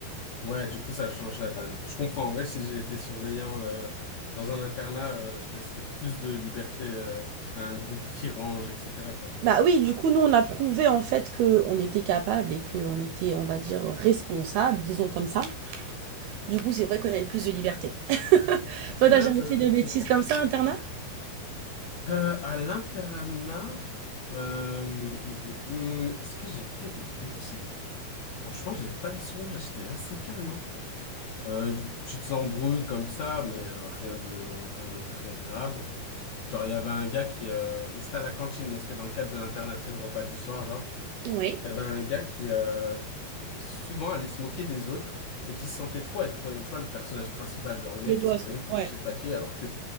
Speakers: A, on the left; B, on the right.
A: Ouais, du coup, ça change la donne. Je comprends. En vrai, si j'étais surveillant euh, dans un internat, euh, je laisserais plus de liberté euh, à un groupe qui range, etc. quoi.
B: Bah oui, du coup nous on a prouvé en fait que on était capable et que on était, on va dire, responsable, disons comme ça. Du coup c'est vrai qu'on avait plus de liberté. <laughs> Toi
A: Ouais,
B: t'as jamais
A: je,
B: fait de
A: je
B: bêtises
A: comprends.
B: comme ça, internat?
A: Euh, à l'internat, euh, mm, mm, mm, mm, est-ce que j'ai fait des bêtises? Franchement, j'ai pas le souvenir. J'étais assez calme, hein. Euh, de petites embrouilles comme ça, mais euh, rien de rien de très grave. Genre, il y avait un gars qui... euh, Mais c'était à la cantine, mais c'était dans le cadre de l'internat, c'est le repas du soir, genre.
B: Oui.
A: T'avais un gars qui euh, souvent allait se moquer des autres et qui se sentait trop être, euh, tu vois, le personnage principal. Genre, le mec,
B: Le poste,
A: il se prenait pour
B: ouais.
A: je sais pas qui, alors que